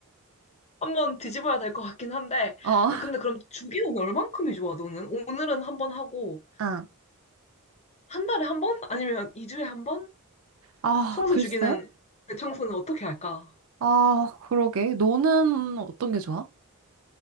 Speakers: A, on the left; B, on the right.
A: 한번 뒤집어야 될 것 같긴 한데.
B: 어.
A: 아, 근데 그럼 주기는 얼만큼이 좋아, 너는? 오늘은 한번 하고,
B: 아,
A: 한 달에 한 번? 아니면 이주에한 번?
B: 아,
A: 청소
B: 글쎄.
A: 주기는, 대청소는 어떻게 할까?
B: 아, 그러게. 너는 어떤 게 좋아?